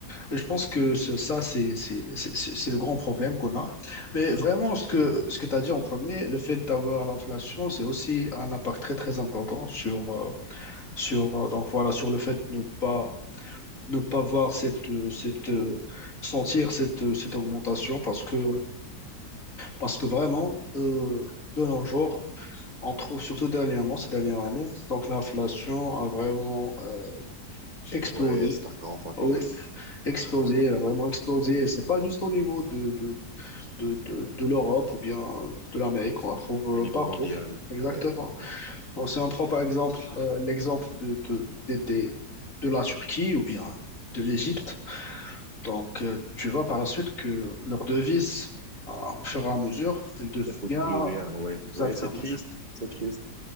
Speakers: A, on the left; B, on the right.
A: et je pense que ce- ça c'est c'est c'est c'est- c'est le grand problème qu'on a mais vraiment ce que ce que tu as dit en premier le fait d'avoir l'inflation c'est aussi un impact très très important sur euh, sur, euh, donc voilà, sur le fait de ne pas, ne pas voir cette, euh, cette, euh, sentir cette, euh, cette augmentation parce que, parce que vraiment, euh, de nos jours, on trouve surtout dernièrement, ces dernières années, donc l'inflation a vraiment euh, explosé.
B: ouais c'est un grand facteur.
A: Oui, explosé,
B: Un grand facteur.
A: elle a vraiment explosé. Et c'est pas juste au niveau de, de, de, de, de l'Europe ou bien de l'Amérique, on la trouve
B: Au niveau
A: euh, partout.
B: mondial.
A: Exactement.
B: Ouais, ouais.
A: Bon, si on prend par exemple euh, l'exemple de, de, des- des- de la Turquie ou bien de l'Égypte, donc euh, tu vois par la suite que leur devise, euh, au fur et à mesure, elle devient
B: Ça coûte plus rien. Ouais,
A: exactement.
B: ouais, c'est triste. C'est triste.